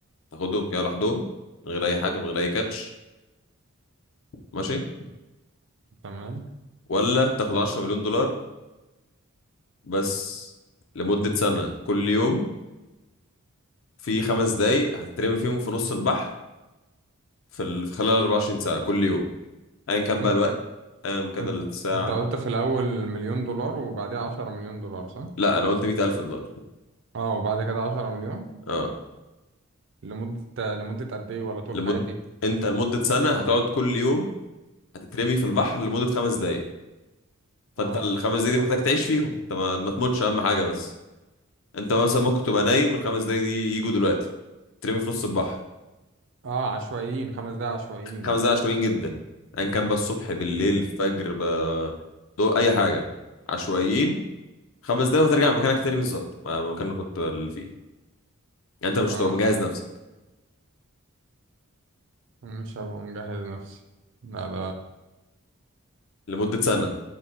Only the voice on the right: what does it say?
تمام
انت
انت
انت قلت في الاول مليون دولار وبعديها عشرة مليون دولار صح؟
اه وبعد كده عشرة مليون
لمدة لمدة قد ايه ولا طول
حياتي؟
اه
إيه؟
اه عشوائيين خمس دقايق عشوائيين
يعني
اه
مش هبقى مجهز نفسي لا ده